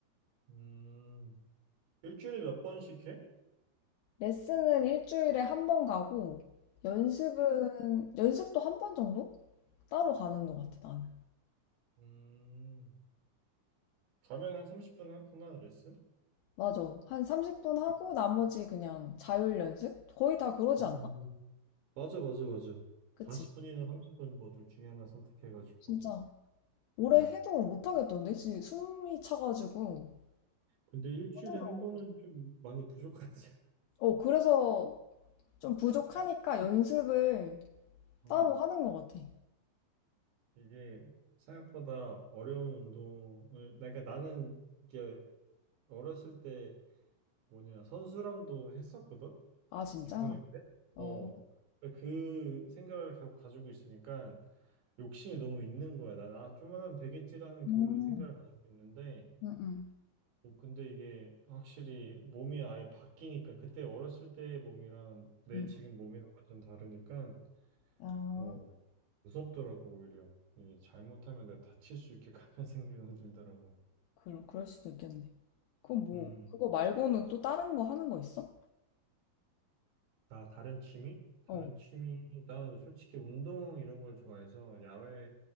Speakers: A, on the right; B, on the left.
A: 음, 일주일에 몇 번씩 해?
B: 레슨은 일주일에 한 번 가고, 연습은, 연습도 한 번 정도? 따로 가는 것 같아, 나는.
A: 음, 가면 한 30분 하- 하나 레슨?
B: 맞아. 한 30분 하고, 나머지 그냥 자율 연습? 거의 다 그러지
A: 음,
B: 않나?
A: 맞아, 맞아, 맞아.
B: 그치?
A: 40분이나 30분 뭐 둘 중에 하나 선택해가지고.
B: 진짜. 오래
A: 음,
B: 해도 못하겠던데? 지- 숨이 차가지고.
A: 근데 일주일에
B: 하는
A: 한
B: 거.
A: 번은 좀 많이 부족하지. <laughs>
B: 어, 그래서 좀 부족하니까 연습을
A: 어,
B: 따로 하는 것 같아.
A: 이게 생각보다 어려운 운동을, 그러니까 나는 이게 어렸을 때 뭐냐, 선수랑도 했었거든?
B: 아, 진짜?
A: 육학년 때?
B: 어.
A: 어. 그러니까 그 생각을 계속 가지고 있으니까 욕심이 너무 있는 거야. 난, 아, 좀만 하면 되겠지라는
B: 음,
A: 그 생각을 가지고 있는데,
B: 음, 음.
A: 어, 근데 이게 확실히 몸이 아예 바뀌니까, 그때 어렸을 때의 몸이랑 내
B: 음.
A: 지금 몸이랑 완전 다르니까,
B: 아.
A: 어, 무섭더라고, 오히려. 이게 잘못하면 내가 다칠 수 있겠구나 <laughs> 생각이 들더라고.
B: 그럴, 그럴 수도 있겠네. 그럼 뭐,
A: 음.
B: 그거 말고는 또 다른 거 하는 거 있어?
A: 나 다른 취미? 다른
B: 어.
A: 취미, 나 솔직히 운동 이런 걸 좋아해서 야외